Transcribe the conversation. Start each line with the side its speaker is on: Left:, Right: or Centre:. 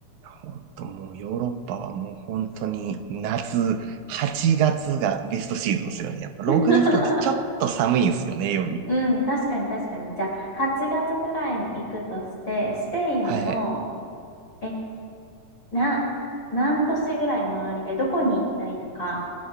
Right: 本当もうヨーロッパはもう本当に夏、8月がつがベストシーズンですよね。やっぱ6月だとちょっと寒いんですよね、
Left: <laughs>
Right: 夜。
Left: うん、確かに確かに。じゃあ、8月ぐらいに行くとして、スペインの、
Right: はいはい。
Left: え、な、何都市ぐらい回りたい、どこに行きたいとか、